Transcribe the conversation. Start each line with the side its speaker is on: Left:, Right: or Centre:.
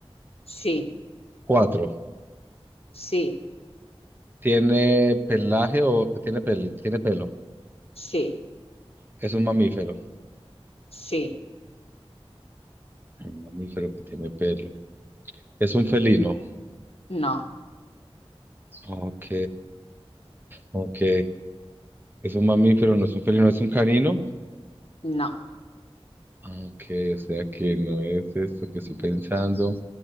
Left: sí,
Right: Cuatro.
Left: sí,
Right: Tiene pelaje o tiene pel- tiene pelo.
Left: sí,
Right: Es un mamífero.
Left: sí,
Right: Un mamífero que tiene pelo. Es un felino.
Left: no,
Right: Ok, ok. Es un mamífero, no es un felino, es un canino.
Left: no,
Right: Ah, Ok, o sea que no es esto que estoy pensando.